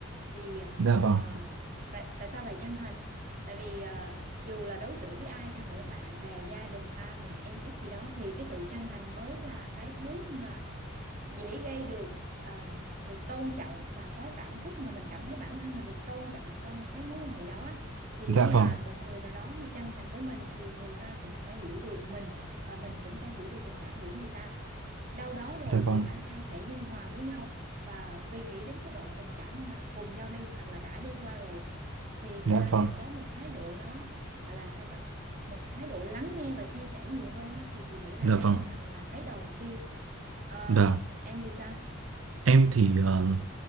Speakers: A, on the right; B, on the right.
A: thì
B: Dạ vâng.
A: ờ, tại tại sao phải chân thành tại vì ờ, dù là đối xử với ai chăng nữa bạn bè gia đình ba mẹ em út gì đó thì cái sự chân thành mới là cái thứ mà dễ gây được à, sự tôn trọng và có cảm xúc mà mình cảm thấy bản thân mình được tôn trọng trong cái mối quan hệ đó thì
B: Dạ
A: khi
B: vâng,
A: mà một người nào đó mà chân thành với mình thì người ta cũng sẽ hiểu được mình và mình cũng sẽ hiểu được tình cảm của người ta đâu đó rồi
B: dạ vâng,
A: thì cả hai sẽ dung hòa với nhau và vì nghĩ đến cái đoạn tình cảm mà cùng nhau đi hoặc là đã đi qua rồi thì người
B: dạ
A: ta
B: vâng,
A: sẽ có một thái độ nó gọi là sao ta một thái độ lắng nghe và chia sẻ nhiều hơn thì chị nghĩ là
B: dạ
A: cái
B: vâng,
A: chân thành là cái đầu tiên Ờ,
B: vâng.
A: em thì sao?
B: Em thì ờ,